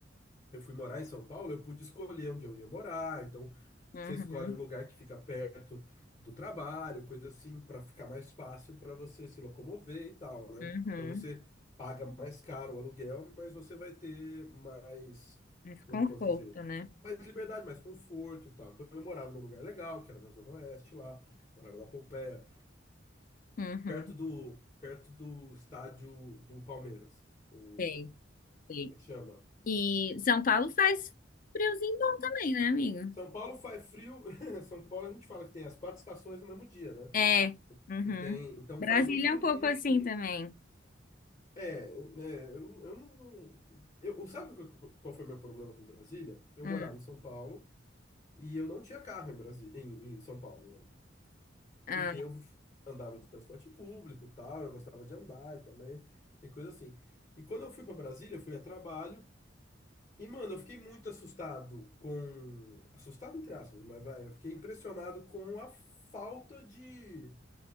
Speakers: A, on the left; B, on the left.
A: eu fui morar em São Paulo, eu pude escolher onde eu ia morar. Então, você
B: Uhum,
A: escolhe um lugar que fica perto do trabalho, coisa assim, para ficar mais fácil para você se locomover e tal, né?
B: uhum.
A: Então, você paga mais caro o aluguel, mas você vai ter mais,
B: Mas conforto,
A: como é que eu posso dizer?
B: né?
A: Mais liberdade, mais conforto, e tal. Então, eu morava num lugar legal, que era na Zona Oeste lá, morava na Pompeia,
B: Uhum.
A: perto do perto do estádio do Palmeiras. O,
B: Sei, sei.
A: como é que chama?
B: E São Paulo faz friozinho bom também, né, amigo?
A: São Paulo faz frio. <laughs> São Paulo a gente fala que tem as quatro estações no mesmo dia, né?
B: É. Uhum.
A: Você tem, então
B: Brasília
A: faz um friozinho,
B: é um pouco assim
A: sim.
B: também.
A: É, né, eu, eu não. Eu, sabe o que- qual foi meu problema com Brasília? Eu
B: Hum,
A: morava em São Paulo e eu não tinha carro em Brasília, em, em São Paulo, né?
B: ah,
A: Porque eu andava de transporte público, e tal, eu gostava de andar também, e coisa assim. E quando eu fui para Brasília, eu fui a trabalho. E, mano, eu fiquei muito assustado com. Assustado, entre aspas, mas vai, eu fiquei impressionado com a falta de,